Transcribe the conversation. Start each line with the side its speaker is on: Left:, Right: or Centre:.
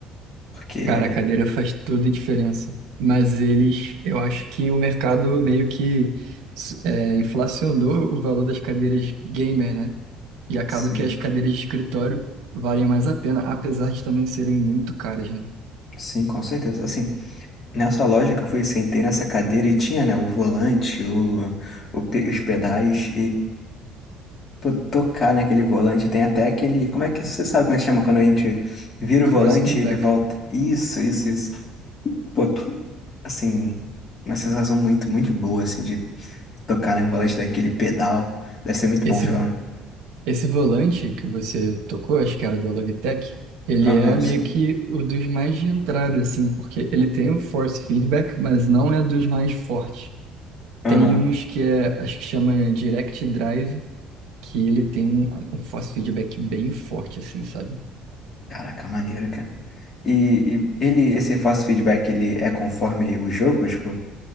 Left: porque
Right: Cara, a cadeira faz toda a diferença. Mas eles, eu acho que o mercado meio que s- é, inflacionou o valor das cadeiras gamer, né? E acaba
Left: sim,
Right: que as cadeiras de escritório valem mais a pena, apesar de também serem muito caras, né?
Left: sim, com certeza. Assim, nessa loja que eu fui, sentei nessa cadeira e tinha, né, o volante, o, o pe- os pedais Pô, tocar naquele volante. Tem até aquele. Como é que você sabe como é que chama? Quando a gente vira
Right: Force
Left: o volante
Right: feedback.
Left: e ele volta. Isso, isso, isso. Pô, assim, uma sensação muito, muito boa, assim, de tocar em um volante daquele pedal. Deve ser muito
Right: Esse
Left: bom jogar.
Right: Esse volante que você tocou, acho que era da Logitech, ele
Left: um.
Right: é
Left: Aham,
Right: meio
Left: sim.
Right: que o dos mais de entrada, assim, porque ele tem o force feedback, mas não é dos mais fortes.
Left: Aham.
Right: Tem uns que é, acho que chama Direct Drive, que ele tem um force feedback bem forte, assim, sabe?
Left: Caraca, maneiro, cara. E, e ele, esse force feedback, ele é conforme o jogo? Tipo,